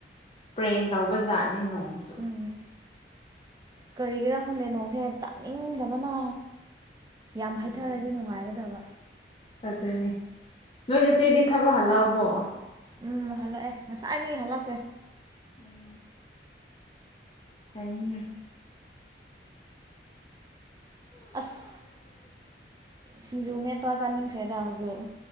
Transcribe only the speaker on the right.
ꯎꯝ ꯀꯔꯤꯒꯤꯔꯥ ꯈꯪꯗꯦ ꯅꯣꯡꯁꯦ ꯇꯥꯅꯤꯡꯗꯕꯅ ꯌꯥꯝ
ꯍꯩꯊꯔꯗꯤ ꯅꯨꯡꯉꯥꯏꯒꯗꯕ
ꯎꯝ ꯍꯜꯂꯛꯑꯦ ꯉꯁꯥꯏꯗꯒꯤ ꯍꯜꯂꯛꯈ꯭ꯔꯦ
ꯑꯁ ꯁꯤꯡꯖꯨ ꯃꯦꯠꯄ ꯆꯥꯅꯤꯡꯈ꯭ꯔꯦꯗ ꯍꯧꯖꯤꯛ